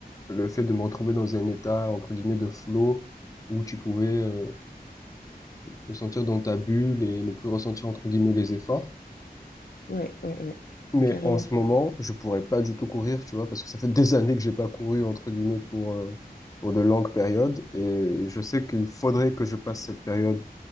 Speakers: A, on the left; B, on the left.
A: Le fait de me retrouver dans un état, entre guillemets, de flow où tu pouvais euh, te sentir dans ta bulle et ne plus ressentir, entre guillemets, les efforts.
B: Ouais, ouais, ouais.
A: Mais
B: Carrément.
A: en ce moment, je pourrais pas du tout courir, tu vois, parce que ça fait des années que j'ai pas couru, entre guillemets, pour, euh, pour de longues périodes et je sais qu'il faudrait que je passe cette période